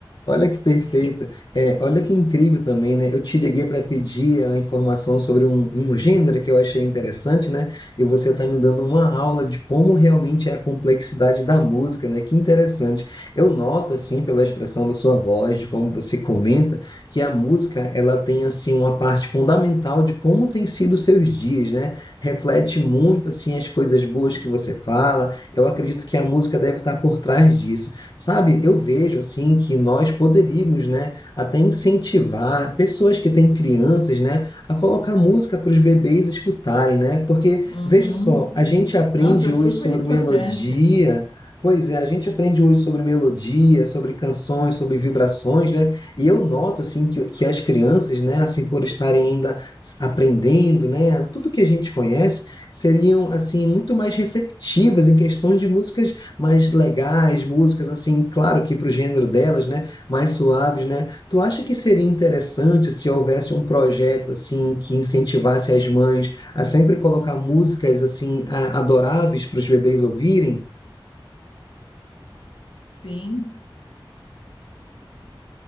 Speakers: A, on the left; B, on the left.
A: Olha que perfeito.
B: Eu-
A: é. olha que incrível também, né, eu te liguei para pedir a informação sobre um um gênero que eu achei interessante, né, e você está me dando uma aula de como realmente é a complexidade da música, né, que interessante. Eu noto, assim, pela expressão da sua voz, de como você comenta, que a música ela tem, assim, uma parte fundamental de como tem sido os seus dias, né, reflete muito, assim, as coisas boas que você fala, eu acredito que a música deve estar por trás disso. Sabe, eu vejo assim que nós poderíamos, né, até incentivar pessoas que têm crianças, né, a colocar música para os bebês escutarem, né? Porque
B: Uhum.
A: veja só, a gente aprende
B: Nossa, é
A: hoje
B: super
A: sobre
B: importante.
A: melodia, Pois é, a gente aprende hoje sobre melodia, sobre canções, sobre vibrações, né? E eu noto assim que, que as crianças, né, assim por estarem ainda s- aprendendo, né, tudo que a gente conhece, seriam assim muito mais receptivas em questões de músicas mais legais, músicas assim, claro que para o gênero delas, né, mais suaves, né? Tu acha que seria interessante se houvesse um projeto assim que incentivasse as mães a sempre colocar músicas assim a- adoráveis para os bebês ouvirem?
B: Sim.